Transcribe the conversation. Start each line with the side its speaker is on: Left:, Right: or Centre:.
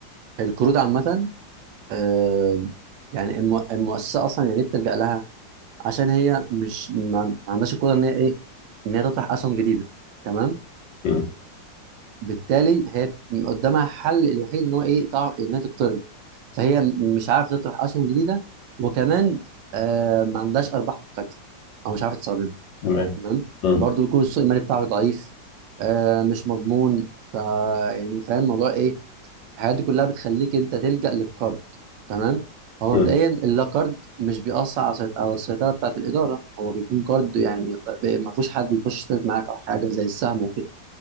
Right: القروض عامه آه يعني الم- المؤسسه اصلا يعني إيه بتلجا لها عشان هي مش ما ما عندهاش القدره ان هي ايه ان هي تطرح اسهم جديده تمام
Left: مم.
Right: بالتالي هي قدامها حل الوحيد ان هو ايه تع- ان هي تقترض فهي م- مش عارفه تطرح اسهم جديده وكمان آه ما عندهاش ارباح محتجزه او مش عارفه تستخدمها
Left: تمام
Right: تمام
Left: مم.
Right: برضو يكون السوق المالي بتاعك ضعيف آه مش مضمون ف يعني فاهم الموضوع ايه الحاجات دي كلها بتخليك انت تلجأ للقرض تمام هو
Left: مم.
Right: مبدئيا اللا قرض مش بيأثر على سيط- على السيطرة بتاعة الإدارة هو بيكون قرض يعني ب- ما فيهوش حد يخش يشترك معاك أو حاجة زي السهم وكده